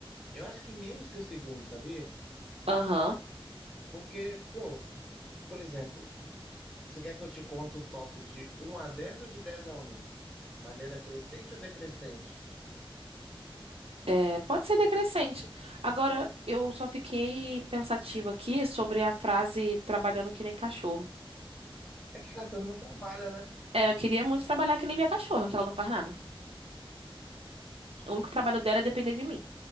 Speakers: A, in the centre; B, on the right.
A: Eu acho que menos que o segundo, sabia?
B: Aham.
A: Porque, pô, por exemplo, você quer que eu te conte o top de um a 10 ou de 10 a um Maneira crescente ou decrescente?
B: É, pode ser decrescente. Agora, eu só fiquei pensativa aqui sobre a frase trabalhando que nem cachorro.
A: É que cachorro não trabalha, né?
B: É, eu queria muito trabalhar que nem minha cachorra, que ela não faz nada. O único trabalho dela é depender de mim.